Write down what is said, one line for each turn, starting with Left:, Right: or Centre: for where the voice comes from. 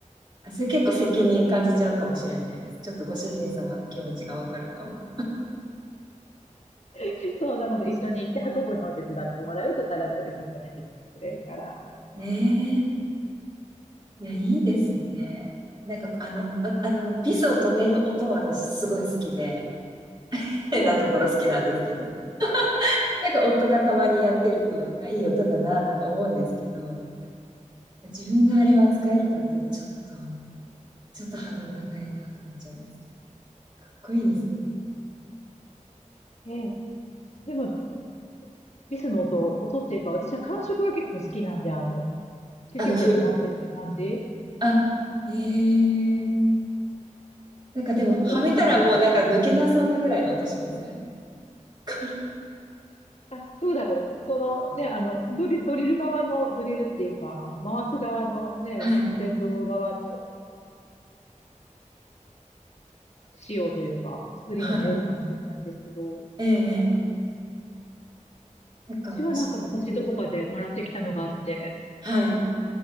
Right: あ、それ結構責任感じちゃうかもしれないです。ちょっとご主人様の気持ちがわかるかも。
Left: <laughs> そうなので、一緒に行って運ぶのを手伝ってもらうとかだったら結構手伝ってくれるから。
Right: ええいや、いいですね。なんか、あの、あ、あの、ビスを止める音は私すごい好きで、変なところ好きなんですけど、
Left: ええ、
Right: なんか夫がたまにやってると、あ、いい音だなとか思うんですけど、自分があれを扱えるかっていうと、ちょっと、ちょっとハードル高いなと思っちゃいますけど。かっこいいですね。
Left: ええ。でも、リスの音、音っていうか、私は感触が結構好きなんで、あの、キュキュって止まっていく感じ。
Right: あの、ふ、あ、ええなんかでも、
Left: ちょっとよかったら。
Right: はめたらもうなんか抜けなそうなぐらいの音しません
Left: うん
Right: これ。
Left: あ、どうだろう。そのね、あの、ドリ、ドリル側の、ドリルっていうか、あの、回す側のね、
Right: はい。
Left: あの、電動側の仕様というか、作りにもよるかもしれないんですけど、
Right: はい。ええええなんか、
Left: うちはなんか昔どこかで習ってきたのがあって、
Right: そうんはい。